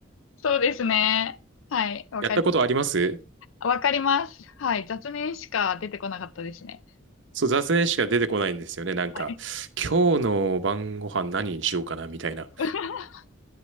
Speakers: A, on the left; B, on the right.
A: そうですね。はい。わかり、
B: やったことあります
A: わかります。はい。雑念しか出てこなかったですね。
B: そう、座禅しか出てこないんですよね。なんか、
A: はい。
B: 今日の晩ご飯何にしようかなみたいな。
A: <laughs>